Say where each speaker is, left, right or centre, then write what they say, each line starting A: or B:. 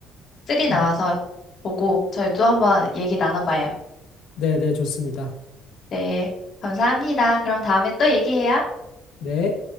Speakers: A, on the left; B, on the left.
A: 쓰리
B: 음.
A: 나와서 보고 저희 또 한번 얘기 나눠봐요.
B: 네, 네, 좋습니다.
A: 네, 감사합니다. 그럼 다음에 또 얘기해요.
B: 네.